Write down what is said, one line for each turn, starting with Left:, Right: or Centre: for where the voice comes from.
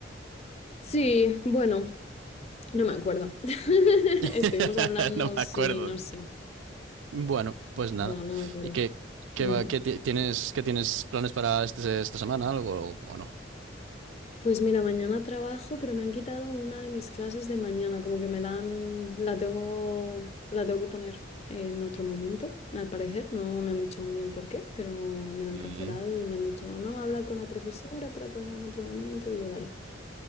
Left: Sí, bueno, no me acuerdo. <laughs>
Right: <laughs>
Left: Estuvimos hablando,
Right: No me
Left: sí,
Right: acuerdo.
Left: no sé,
Right: Bueno, pues nada.
Left: no, no me acuerdo.
Right: ¿Y qué, qué
Left: Ujú.
Right: va- qué ti- tienes, qué tienes planes para este- esta semana, algo o, o no?
Left: Pues mira, mañana trabajo, pero me han quitado una de mis clases de mañana, como que me la han, la tengo, la tengo que poner en otro momento, al parecer. No me han dicho muy bien por qué, pero me la han
Right: Mm,
Left: cancelado y me han dicho, no, habla con la profesora para ponerla en otro momento. Digo, vale.